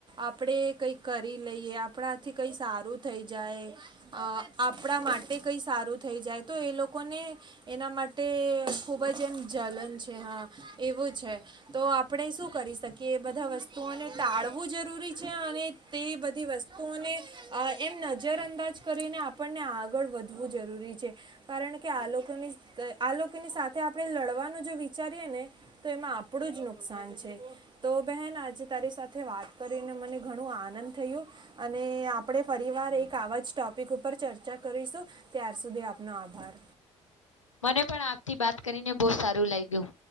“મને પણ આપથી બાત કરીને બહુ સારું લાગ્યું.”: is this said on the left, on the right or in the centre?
Left